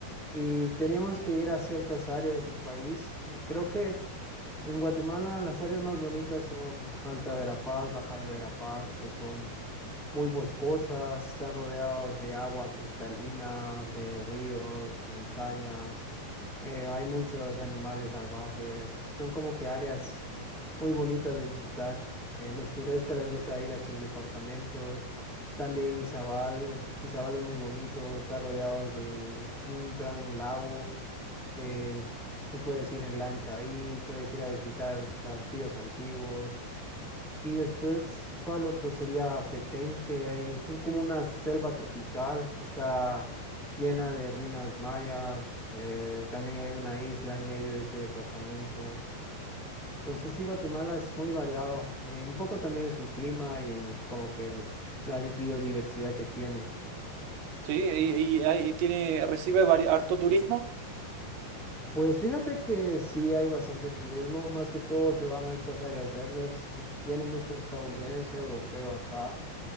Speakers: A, in the centre; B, on the right.
A: y teníamos que ir a ciertas áreas del país. Y Creo que en Guatemala las áreas más bonitas son Alta Verapaz, Baja Verapaz, que son muy boscosas, están rodeados de agua cristalina, de ríos, montañas, eh, hay muchos animales salvajes, son como que áreas muy bonitas de visitar. Eh, los turistas les gusta ir a estos departamentos también Izabal, Izabal es muy bonito, está rodeado de u- un gran lago. eh, tú puedes ir en lancha ahí, puedes ir a visitar castillos antiguos. Y después, ¿cuál otro? Sería Petén, que hay, son como una selva tropical, está llena de ruinas mayas. eh, también hay una isla en medio de este departamento. Entonces, sí, Guatemala es muy variado, eh, un poco también en su clima y en como que el- la biodiversidad que tienen.
B: Sí, y, y ahí tiene, recibe vari- harto turismo.
A: Pues fíjate que sí hay bastante turismo, más que todo se van a estas áreas verdes, vienen mucho estadounidense, europeo acá,